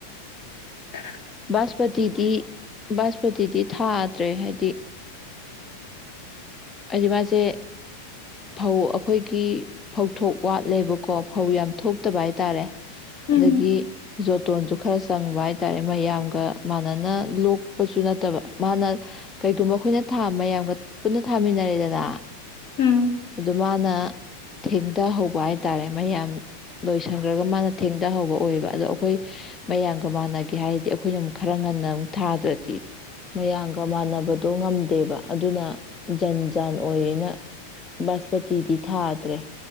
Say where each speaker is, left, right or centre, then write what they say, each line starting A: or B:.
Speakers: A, on the left; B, on the left.
A: ꯍ
B: ꯕꯥꯁꯄꯇꯤꯗꯤ ꯕꯥꯁꯄꯇꯤꯗꯤ ꯊꯥꯗ꯭ꯔꯦ ꯍꯥꯏꯗꯤ ꯍꯥꯏꯗꯤ ꯃꯥꯁꯦ ꯐꯧ ꯑꯩꯈꯣꯏꯒꯤ ꯐꯧꯊꯣꯛ ꯋꯥꯠꯂꯦꯕꯀꯣ ꯐꯧ ꯌꯥꯝ ꯊꯣꯛꯇꯕ ꯍꯥꯏꯇꯥꯔꯦ
A: ꯎꯝ
B: ꯑꯗꯒꯤ ꯃꯇꯣꯟꯁꯨ ꯈꯔ ꯆꯪꯕ ꯍꯥꯏꯇꯥꯔꯦ ꯃꯌꯥꯝꯒ ꯃꯥꯟꯅꯅ ꯂꯣꯛꯄꯁꯨ ꯅꯠꯇꯕ ꯃꯥꯅ ꯀꯩꯒꯨꯝꯕ ꯑꯩꯈꯣꯏꯅ ꯃꯌꯥꯝꯒ ꯄꯨꯟꯅ ꯊꯥꯃꯤꯟꯅꯔꯦꯗꯅ
A: ꯎꯝ
B: ꯑꯗꯨ ꯃꯥꯅ ꯊꯦꯡꯊꯍꯧꯕ ꯍꯥꯏꯇꯥꯔꯦ ꯃꯌꯥꯝ ꯂꯣꯏꯁꯟꯈ꯭ꯔꯒ ꯃꯥꯅ ꯊꯦꯡꯊꯍꯧꯕ ꯑꯣꯏꯕ ꯑꯗꯣ ꯑꯩꯈꯣꯏ ꯃꯌꯥꯝꯒ ꯃꯥꯥꯟꯅ ꯀꯩ ꯍꯥꯏꯗꯤ ꯑꯩꯈꯣꯏꯅ ꯑꯃꯨꯛ ꯈꯔ ꯉꯟꯅ ꯑꯃꯨꯛ ꯊꯥꯗ꯭ꯔꯗꯤ ꯃꯌꯥꯝꯒ ꯃꯥꯟꯅꯕꯗꯣ ꯉꯝꯗꯦꯕ ꯑꯗꯨꯅ ꯖꯟ ꯖꯥꯟ ꯑꯣꯏꯌꯦꯅ ꯕꯥꯁꯄꯇꯤꯗꯤ ꯊꯥꯗ꯭ꯔꯦ